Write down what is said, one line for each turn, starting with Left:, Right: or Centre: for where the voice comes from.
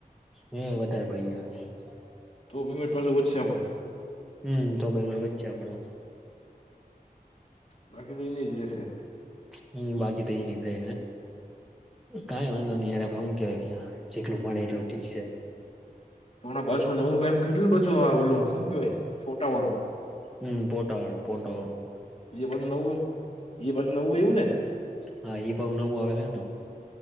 Centre: હમ્મ, વધારે પડી ગયા હવે.
Left: તો <unintelligible> પાછો વધશે આપડો
Centre: હમમમ <unintelligible> વચ્ચે આપણો.
Left: બાકી તો એનીજ રેશે.
Centre: હમ્મ, બાકી તો એ નીકળે, કઈ વાંધો નહીય હું કેવાય કે્યા. જેટલું મળે એટલું ઠીક છે.
Left: હમણા પાછું નવું <inaudible> કેટલું પાછું ઓલું શું કેવાય ફોટા વાળું?
Centre: હમ ફોટા વાળું ફોટા વાળું
Left: એ પાછું નવું એ પાછું નવું આયવુ ને?
Centre: હા એ પણ નવું આવેલ <inaudible>